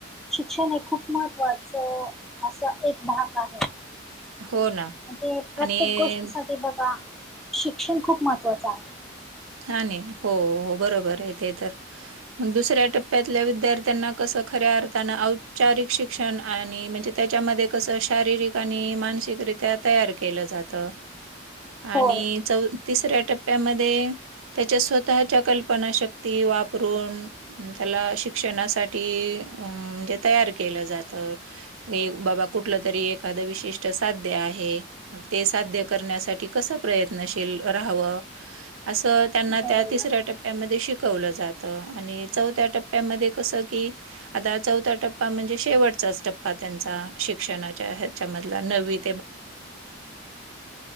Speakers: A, in the centre; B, on the right.
A: शिक्षण हे खूप महत्त्वाचं असं एक भाग आहे
B: हो ना
A: म्हणजे प्रत्येक
B: आणि
A: गोष्टीसाठीठी बघा शिक्षण खूप महत्त्वाचं आहे
B: हा नाही हो हो बरोबर आहे ते तर मग दुसऱ्या टप्प्यातल्या विद्यार्थ्यांना कसं खऱ्या अर्थान औपचारिक शिक्षण आणि म्हणजे त्याच्यामध्ये कस शारीरिक आणि मानसिकरित्या तयार केलं जात आणि
A: होय
B: चौ तिसऱ्या टप्प्यामध्ये त्याच्या स्वतःच्या कल्पना शक्ती वापरून. त्याला शिक्षणासाठी अं म्हणजे तयार केलं जातं बाबा कुठलं तरी एखादं विशिष्ट साध्य आहे. मग ते साध्य करण्यासाठी कसं प्रयत्नशील राहावं असं त्यांना
A: बरोबर
B: त्या तिसऱ्या टप्या. टप्प्यामध्ये शिकवलं जातं आणि चौथ्या टप्प्यामध्ये कसं की? आता चौथा टप्पा म्हणजे शेवटचाच टप्पा त्यांचा शिक्षणाच्या ह्याच्यामधला नवीन!